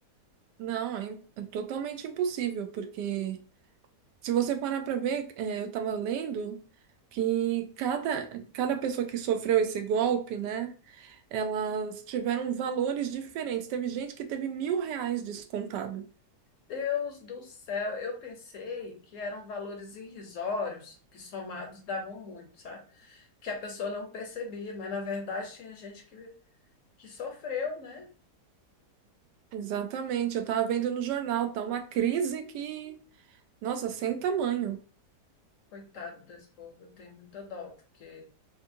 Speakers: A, on the right; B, on the left.
A: Não, é, im- é totalmente impossível, porque se você parar pra ver, é, eu tava lendo que cada, cada pessoa que sofreu esse golpe, né? Elas tiveram valores diferentes. Teve gente que teve mil reais descontado.
B: Deus do céu, eu pensei que eram valores irrisórios, que somados davam muito, sabe? que a pessoa não percebia, mas na verdade tinha gente que que sofreu, né?
A: Exatamente, eu estava vendo no jornal, tá uma crise que, nossa, sem tamanho.
B: Coitado desse povo, eu tenho muita dó, porque